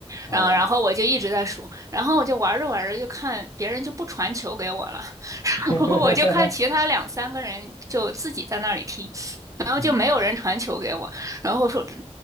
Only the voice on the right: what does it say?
然后然后我就一直在数，然后我就玩着玩着就看别人就不传球给我了，
<laughs> 我就看其他两三个人就自己在那里踢，然后就没有人传球给我，
然后我说